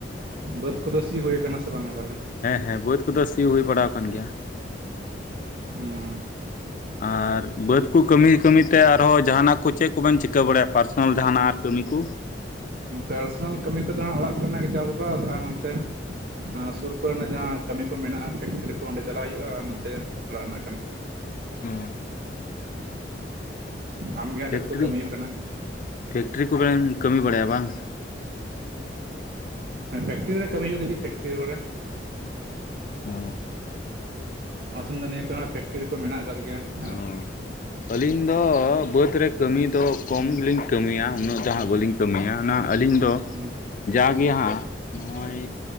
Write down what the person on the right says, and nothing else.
ᱵᱟᱹᱫᱽ ᱠᱚᱫᱚ ᱥᱤ ᱦᱩᱭ ᱠᱟᱱᱟ ᱥᱮ ᱵᱟᱝᱼᱟ ᱛᱟᱦᱚᱞᱮ?
ᱦᱩᱸ
ᱯᱟᱨᱥᱚᱱᱟᱞ ᱠᱟᱹᱢᱤ ᱠᱚᱫᱚ ᱦᱟᱸᱜ ᱚᱲᱟᱜ ᱠᱚᱨᱮᱱᱟᱜ ᱜᱮ ᱪᱟᱥᱵᱟᱥ ᱟᱨ ᱱᱚᱱᱛᱮ ᱟᱨ ᱥᱩᱨ ᱠᱚᱨᱮᱱᱟᱜ ᱡᱟᱦᱟᱸ ᱠᱟᱹᱢᱤ ᱠᱚ ᱢᱮᱱᱟᱜᱼᱟ ᱯᱷᱮᱠᱴᱨᱤ ᱠᱚ ᱚᱸᱰᱮ ᱪᱟᱞᱟᱜ ᱦᱩᱭᱩᱜᱼᱟ ᱟᱨ ᱱᱚᱛᱮ ᱚᱲᱟᱜ ᱨᱮᱱᱟᱜ ᱠᱟᱹᱢᱤ ᱠᱚᱜᱮ ᱦᱟᱸᱜ,
ᱟᱢᱜᱮ ᱦᱟᱸᱜ
ᱪᱮᱫ ᱠᱚ ᱠᱟᱹᱢᱤ ᱦᱩᱭᱩᱜ ᱠᱟᱱᱟ
ᱯᱷᱮᱠᱴᱨᱤ ᱨᱮ ᱠᱟᱹᱢᱤ ᱦᱩᱭᱩᱜ ᱞᱟᱹᱜᱤᱫ ᱯᱷᱮᱠᱴᱨᱤ ᱠᱚᱨᱮ,
ᱟᱞᱮ ᱥᱮᱫ ᱫᱚ ᱱᱤᱭᱟᱹ ᱠᱚᱨᱮᱱᱟᱜ ᱯᱷᱮᱠᱴᱨᱤ ᱠᱚ ᱢᱮᱱᱟᱜ ᱟᱠᱟᱫ ᱜᱮᱭᱟ ᱾
ᱦᱩᱸ